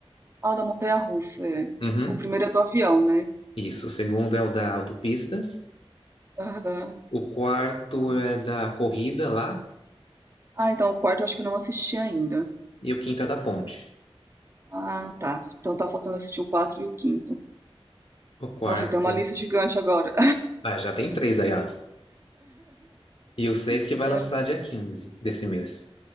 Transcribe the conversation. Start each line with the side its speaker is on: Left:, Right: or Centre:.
Right: Ah, o da montanha-russa, é.
Left: Uhum,
Right: O primeiro é do avião, né?
Left: Isso. O segundo é o da autopista.
Right: Aham.
Left: O quarto
Right: tá.
Left: é da corrida lá.
Right: Ah, então o quarto eu acho que eu não assisti ainda.
Left: E o quinto é da ponte.
Right: Ah, tá. Então tá faltando assistir o quatro e o quinto.
Left: O quarto.
Right: Nossa, tem uma lista gigante agora.
Left: Ah, já tem três aí, ó. E o seis que
Right: Legal.
Left: vai lançar dia 15 desse mês.